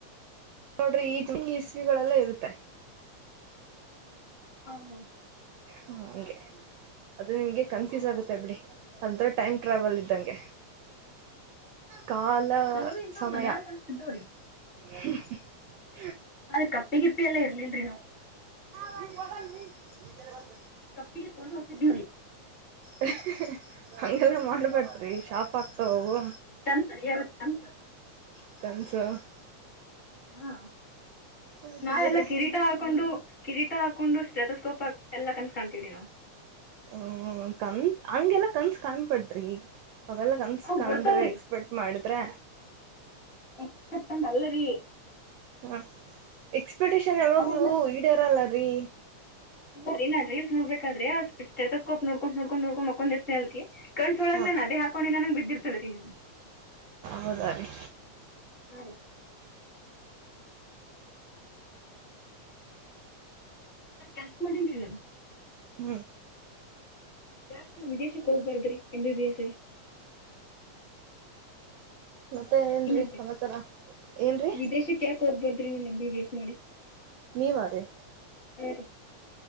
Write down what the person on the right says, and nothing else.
ನೋಡ್ರಿ ಈ ಇಸ್ವಿಗಳಲ್ಲಾ ಇರುತ್ತೆ
ಹ ಹಂಗೆ ಅದು ನಿಮ್ಗೆ ಕನ್ಫ್ಯೂಸ್ ಆಗುತ್ತೆ ಬಿಡಿ ಅಂತ ಟೈಮ್ ಟ್ರಾವೆಲ್ ಇದ್ದಂಗೆ. ಕಾಲಾ
ಸಮಯ
<inaudible>
ಹ್ಮ ಹ
<unintelligible>
ಹ್ಞಿ ಹಂಗೆಲ್ಲ ಮಾಡ್ಬಾರದ್ರಿ ಶಾಪ್ ಆಗ್ತವವು
<unintelligible>
ಆಯ್ತು
ಬಿಡ್ರಿ
ಹ್ಮ ಕನ್ ಹಂಗೆಲ್ಲ ಕನ್ಸ್ ಕಾಣ್ಬಾದ್ರಿ ಅವೆಲ್ಲ ಕನ್ಸ್
ಕಾಂಡ್ರೆ
ಎಕ್ಸ್ಪೆಕ್ಟ್ ಮಾಡಿದ್ರೆ
ಹ ಎಕ್ಸ್ಪೆಕ್ಟೇಶನ್ ಯಾವಾಗ್ಲೂ
ಈಡೆರಲ್ಲರೀ
ಹಾ
ಹೌದಾ ರೀ
ಹ್ಮ್.
ಮತ್ತೆ ಏನ್ರೀ
ಸಮಾಚಾರ ಏನ್ರೀ
ನೀವಾ ರೀ